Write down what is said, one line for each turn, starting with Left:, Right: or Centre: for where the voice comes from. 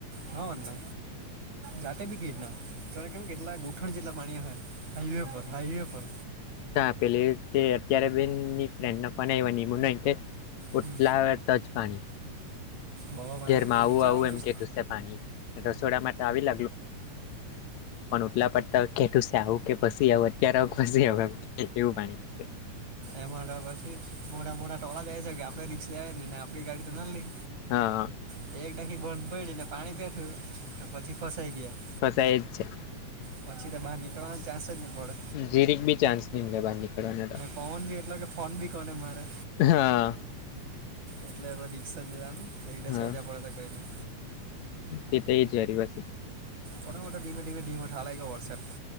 Right: હા મને જાતે ભી ઘેરના તા કેમ કે કેટલા ગૂઠણ જેટલા પાણી અમે. હાઈવે પર હાઈવે પર
Left: હા પેલી એ અત્યારે બેનની ફ્રેન્ડનો ફોન આવ્યો નીમુનો એમ કે
Right: હમ
Left: ઓટલા ટચ પાણી
Right: બવા પાણી
Left: ઘેરમાં
Right: એ
Left: આવું
Right: નીચાણવાળું
Left: આવું એમ
Right: વિસ
Left: કેટુસ. પાણી રસોડામાં તો આવી લ અને ઓટલા પર તો સાવ કે પછી આઉ અત્યારે પછી આઉ એમ. કેવું પાણી છે
Right: એમાં પછી મોટા મોટા ટોળા જાય સેકે આપડે રીક્ષાય એટલી ને આપડી ગાડી તો નાન્લ્લી.
Left: હા હ
Right: કે એક ડાહી બંધ પયડીને પાણી પેઠુ કે પછી ફસાઈ ગીયા.
Left: ફસાય જ છે.
Right: પછી તો બાર નીકળવાનો ચાન્સ જ ની પડે.
Left: જીરીક બી ચાન્સ ની મલે બાર નીકળવાનો તો
Right: પોવોન બી એટલો કે ફોન બી કોને મારે?
Left: હા
Right: એટલે હવે રિક્સ જ લેવાનું. એક ડસ
Left: હા
Right: વાગ્યા પડે તો બી કંઈની.
Left: તે તો એ જ વારી પાસી
Right: મોટો મોટો ડીમેડીમે ડીમો ઠાવા લાયગો વરશાદ તો